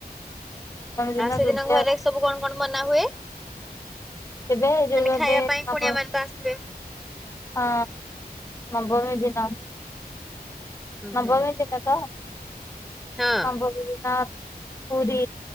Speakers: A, on the left; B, in the centre.
A: ଦିନ
B: ଆଉ ସେଦିନ
A: ଦୁର୍ଗା
B: ଘରେ ସବୁ କଣ କଣ ମନା ହୁଏ?
A: ଥିବେ ଯୋଉ
B: ମାନେ
A: ଏବେ
B: ଖାଇବା ପାଇଁ
A: ନବ
B: କୁଣିଆ ମାନେ ତ ଆସିଥିବେ।
A: ହଁ ମ ଭୂମି ଦିନ
B: ହୁଁ
A: ନବମୀ
B: ହୁଁ
A: ଦିନ ତ
B: ହଁ
A: ସମ୍ଭବ। ପୁରୀ